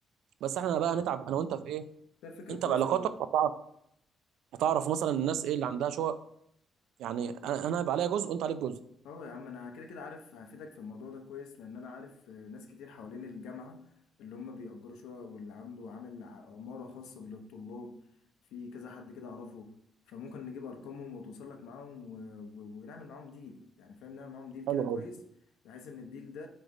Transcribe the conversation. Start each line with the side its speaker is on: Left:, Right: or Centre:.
Right: بس احنا بقى هنتعب انا وانت في ايه
Left: ده فكرة
Right: انت
Left: كويسة
Right: بعلاقاتك
Left: أوي
Right: هتعرف هتعرف مثلا الناس ايه اللي عندها شقق يعني انا انا هيبقى عليا جزء وانت عليك جزء
Left: اه يا عم انا كده كده عارف هفيدك في الموضوع ده كويس لان انا عارف آه، ناس كتير حوالين الجامعه اللي هم بيأجروا شقق واللي عنده عامل ع- عماره خاصه للطلاب في كذا حد كده اعرفه فممكن نجيب ارقامهم وتوصل لك معاهم و... و... ونعمل معاهم ديل يعني فاهم نعمل معاهم ديل كده
Right: حلو
Left: كويس
Right: قوي
Left: بحيث ان الديل ده